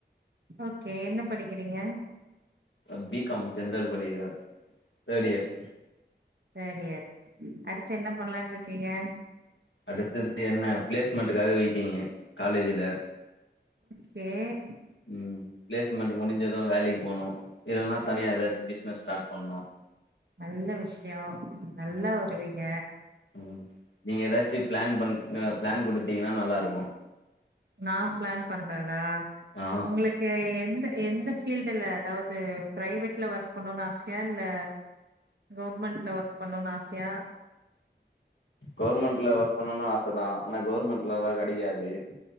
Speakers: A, on the right; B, on the left.
A: ஓக்கே என்ன படிக்கிறீங்க
B: அ பி காம் ஜென்ரல் படிக்கி தேட்யேர்
A: தேட்யேர் அடுத்து என்ன பண்லான்ருக்கீங்க
B: அடுத்தது என்ன பிளேஸ்மெண்ட்டுக்காக வெயிட்டீங்கு காலேஜில
A: சேர்
B: ம் பிளேஸ்மெண்ட்டு முடிஞ்சதும் வேலைக்கு போனும் இல்லன்னா தனிய எதாச்சி பிஸ்னஸ் ஸ்டாட் பண்ணும்
A: நல்ல விஷியம் நல்லா
B: ம்
A: வருவீங்க
B: ம் நீங்க எதாச்சி பிளான் பண் பிளான் கொடுத்தீங்கன்னா நல்லா இருக்கும்
A: நா பிளான் பண்றதா
B: ஆ
A: உங்களுக் கு எந்த எந்த பீல்டுல அதாவது பிரைவேட்ல ஒர்க் பண்ணனு ஆ சயா இல்ல கவுர்மெண்ட்ல ஒர்க் பண்ணனு ஆசையா
B: கவுர்மெண்ட்ல ஒர்க் பண்ணுனு ஆச தான் ஆனா கவுர்மெண்ட்ல வேல கெடைகாதே